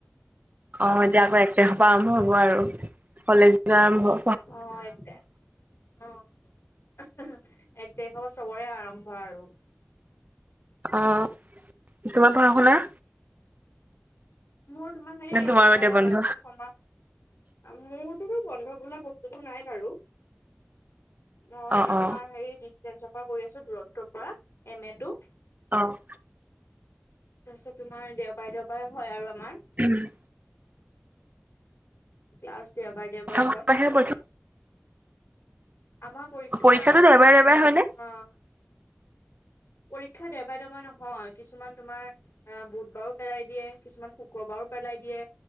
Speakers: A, on the right (about 40°); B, on the left (about 80°).
A: অ' এতিয়া আকৌ এক তাৰিখৰ পৰা আৰম্ভ হ'ব আৰু কলেজবিলাক আৰম্ভ হব।
B: অ' ইয়াতে। অ' অহুহু এক তাৰিখৰ পৰা চবৰে আৰম্ভ আৰু।
A: অ', তোমাৰ পঢ়াশুনা?
B: মোৰ তোমাৰ সেই,
A: নে তোমাৰো
B: মই
A: এতিয়া বন্ধ
B: সমা আমিয়েতোতো বন্ধ বোলা বস্তুটো নাই বাৰু। মই
A: অ অ
B: তোমাৰ হেৰি ডিচটেন্সৰ পৰা কৰি আছোঁ দৰত্বৰ পৰা, এম এ টো।
A: অ'।
B: তাৰপিছত তোমাৰ দেওবাৰে দেওবাৰে হয় আৰু আমাৰ।
A: হুহো।
B: ক্লছ দেওবাৰে দেওবাৰে
A: প্ৰথমে
B: হয়
A: <inaudible>
B: আমাৰ পৰীক্ষা,
A: পৰীক্ষাটো দেওবাৰে দেওবাৰে হয়নে
B: অহ' পৰীক্ষা দেওবাৰে দেওবাৰ নহয়, কিছুমান তোমাৰ অ', বুধবাৰো পেলাই দিয়ে, কিছুমান শুক্ৰবাৰো পেলাই দিয়ে,